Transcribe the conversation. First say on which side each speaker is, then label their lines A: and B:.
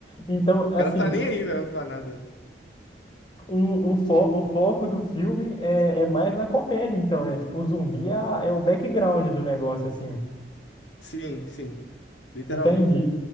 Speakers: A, on the left; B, on the left.
A: Então, assim,
B: O cara tá nem aí, velho, pra nada.
A: O, o, fo- o foco do filme é, é mais na comédia, então, né? Tipo, o zumbi é, a- é o background do negócio, assim.
B: Sim, sim. Literalmente.
A: Entendi.